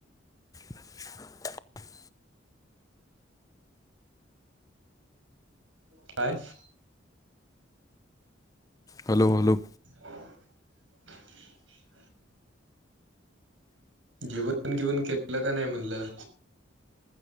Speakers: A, on the left; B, on the right.
A: <unintelligible>
B: <unintelligible>
A: हॅलो, हॅलो,
B: <unintelligible> जेवण, जेवन केलं का नाही म्हणलं?